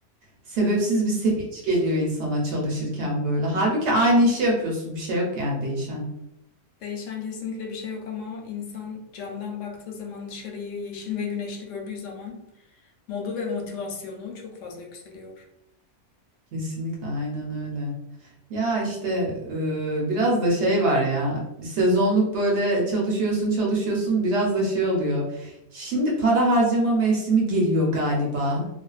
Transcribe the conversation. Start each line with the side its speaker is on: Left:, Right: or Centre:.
Right: Sebepsiz
Left: Evet.
Right: bir sevinç geliyor insana çalışırken böyle. Halbuki aynı işi yapıyorsun, bir şey yok yani değişen.
Left: Değişen kesinlikle bir şey yok ama insan camdan baktığı zaman dışarıyı yeşil ve güneşli gördüğü zaman modu ve motivasyonu çok fazla yükseliyor.
Right: Kesinlikle aynen öyle. Ya işte e, biraz da şey var ya sezonluk böyle çalışıyorsun çalışıyorsun biraz da şey oluyor. Şimdi para harcama mevsimi geliyor galiba.